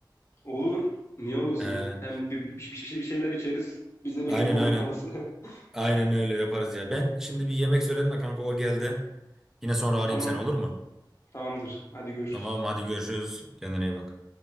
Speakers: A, on the left (about 35°); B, in the centre.
A: Olur. Niye olmasın?
B: E,
A: Hem bir, bir, bir, bir şeyler içeriz. Bize bir
B: aynen
A: hangover
B: aynen.
A: kafası. <laughs>
B: Aynen öyle yaparız ya. Ben şimdi bir yemek söyledim de kanka o geldi. Yine sonra arayayım
A: Tamam.
B: seni olur mu?
A: Tamamdır. Hadi görüşürüz.
B: Tamam hadi görüşürüz. Kendine iyi bak.